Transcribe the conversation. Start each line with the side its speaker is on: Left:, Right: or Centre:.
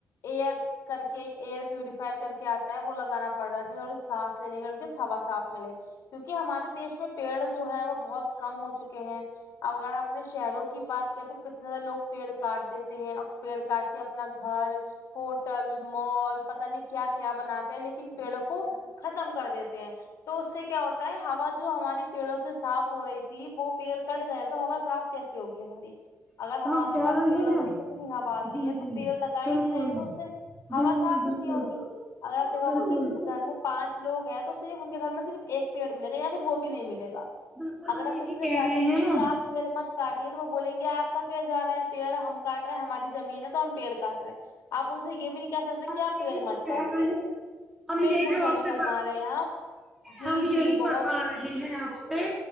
Left: ایئر کر کے ایک ایئر پیوریفائر کر کے آتا ہے وہ لگانا پڑ رہا ہے تو تھوڑی سانس لینے مے انکو ہوا صاف ملے کیونکہ ہمارے دیش میں پیڑ جو ہے وہ بہت کم ہو چکے ہیں اب اگر اپنے شہروں کے کی بات کریں تو کتنے زیادہ لوگ پیڑ کاٹ دیتے ہیں اور پیڑ کاٹ کے اپنا گھر ہوٹل مال پتا نہیں کیا کیا بناتے ہیں لیکن پیڑوں کو ختم کر دیتے ہیں تو اس سے کیا ہوتا ہے ہوا جو ہماری پیڑوں سے صاف ہو رہی تھی وہ پیڑ کٹ گئے تو ہوا صاف کیسے ہوگی ہماری اگر ہوا
Centre: ہم
Left: ہمارے
Centre: کہہ
Left: پاس
Centre: رہے
Left: پیڑوں
Centre: ہیں
Left: سے کتنی ہوا آتی
Centre: جی
Left: ہے وہ
Centre: جی
Left: پیڑ لگا ہی
Centre: بالکل
Left: نہیں رہے تو اسے ہوا
Centre: بالکل
Left: صاف
Centre: بالکل
Left: ہی نہیں ہوگی اگر آپ دیکھاؤا
Centre: بالکل
Left: کہ جیسے گھر میں پانچ لوگ ہیں تو صرف ان کے گھر میں صرف ایک پیڑ ملے گا یا پھر وہ بھی نہیں ملے گا
Centre: بالکل
Left: اگر
Centre: ہم یہی
Left: آپ کسی سے کہہ
Centre: رہے
Left: دیں گے
Centre: ہیں
Left: کہ
Centre: نا
Left: آپ پیڑ مت کتیے تو وہ بولیں گے آپ کا کیا جا رہا ہے پیڑ ہم کاٹ رہے ہیں ہماری زمین ہے تو ہم پیڑ کاٹ رہے ہیں آپ ان سے یہ بھی نہیں کہہ سکتے
Centre: ہم
Left: کہ آپ
Centre: یہی
Left: پیڑ
Centre: تو
Left: مٹ کاٹیے
Centre: کہہ رہے ہیں ہم
Left: بالکل
Centre: یہی تو
Left: صحیح
Centre: آپ سے
Left: فرما رہے ہیں آپ جی
Centre: ہم
Left: جی
Centre: یہی
Left: بہت
Centre: فرما رہے ہیں آپ سے